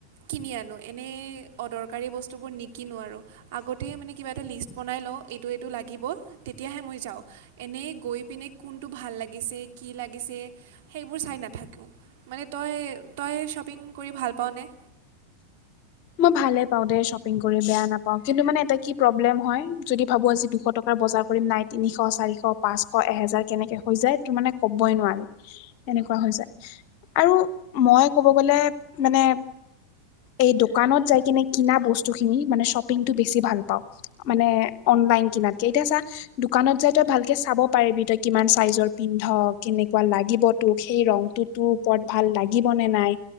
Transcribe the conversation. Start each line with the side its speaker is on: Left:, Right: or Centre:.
Right: কিনি আনো এনেই অদৰকাৰী বস্তুবোৰ নিকিনো আৰু আগতে মানে কিবা এটা লিষ্ট বনাই লওঁ এইটো এইটো লাগিব তেতিয়াহে মই যাওঁ এনেই গৈ পিনে কোনটো ভাল লাগিছে কি লাগিছে। সেইবোৰ চাই নাথাকোঁ মানে তই তই শ্বপিং কৰি ভাল পাওঁনে?
Left: মই ভালে পাও দে শ্বপিং কৰি বেয়া নাপাও। কিন্তু মানে এটা কি প্ৰব্লেম হয় যদি ভাবো আজি দুশ টকাৰ বজাৰ কৰিম নাই তিনিশ চাৰিশ পাঁচশ এহেজাৰ কেনেকে হৈ যায় তো মানে ক'বই নোৱাৰি এনেকুৱা হৈ যায় আৰু মই ক'ব গলে মানে এই দোকানত যাই কিনে কিনা বস্তুখিনি মানে শ্বপিংটো বেছি ভাল পাওঁ। মানে অনলাইন কিনাতকে এতিয়া চা দোকানত যাই তই ভালকে চাব পাৰিবি তই কিমান চাইজৰ পিন্ধ কেনেকুৱা লাগিব তোক সেই ৰংটোত তোৰ ওপৰত ভাল লাগিব নে নাই